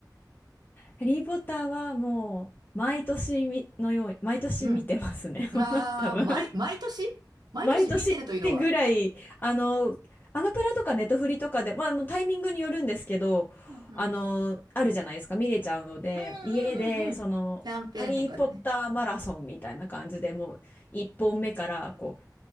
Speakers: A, on the left; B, on the right.
A: ハリー・ポッターはもう、毎年みのように、毎年見てますね、
B: ー、うん。
A: <laughs> もう多分。
B: あー、毎、毎年毎年見てるというのは。
A: 毎年ってぐらい、あの、アマプラとかネトフリとかで、まあ、あのタイミングによるんですけど、
B: うんうん。
A: あの、あるじゃないですか、見れちゃうので、
B: うん
A: 家で、
B: うんうんうん。
A: その、
B: キャンペーンとかでね。
A: ハリー・ポッターマラソンみたいな感じでもう、1本目から、こう、